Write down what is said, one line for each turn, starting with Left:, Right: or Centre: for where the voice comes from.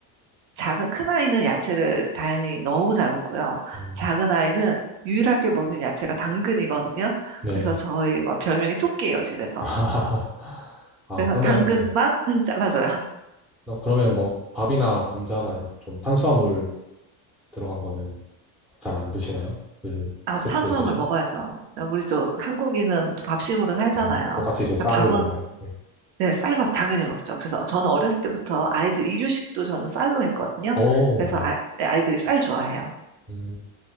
Right: 작은 큰 아이는 야채를 다행히 너무 잘 먹고요.
Centre: 음,
Right: 작은 아이는 유일하게 먹는 야채가 당근이거든요.
Centre: 네.
Right: 그래서 저희가 별명이 토끼예요, 집에서.
Centre: <laughs> 아,
Right: 그래서
Centre: 그러면,
Right: 당근만
Centre: 네.
Right: <laughs> 잘라줘요.
Centre: 어, 그러면 뭐, 밥이나 감자나 이렇게 좀 탄수화물 들어간 거는 잘 안 드시나요? 그,
Right: 아,
Centre: 체코
Right: 탄수화물
Centre: 있으신.
Right: 먹어야죠. 우리 또 한국인은 또 밥심으로 살잖아요.
Centre: 아, 똑같이
Right: 그러니까
Centre: 이제 쌀을
Right: 밥은
Centre: 먹나요? 네.
Right: 네, 쌀밥 당연히 먹죠. 그래서 저는 어렸을 때부터 아이들 이유식도 저는 쌀로 했거든요.
Centre: 어,
Right: 그래서
Centre: 네.
Right: 아, 아이들이 쌀 좋아해요.
Centre: 음,